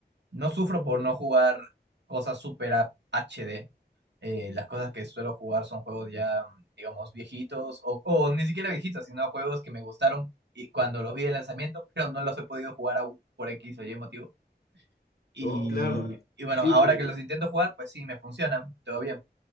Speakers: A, on the right; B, on the left.
A: no sufro por no jugar cosas super a- HD. Eh, las cosas que suelo jugar son juegos ya, digamos, viejitos o, o ni siquiera viejitos, sino juegos que me gustaron y cuando los vi de lanzamiento, pero no los he podido jugar aún por X o Y motivo. Y,
B: Oh, claro.
A: y bueno,
B: Sí,
A: ahora
B: pues.
A: que los intento jugar, pues sí, me funcionan, todo bien.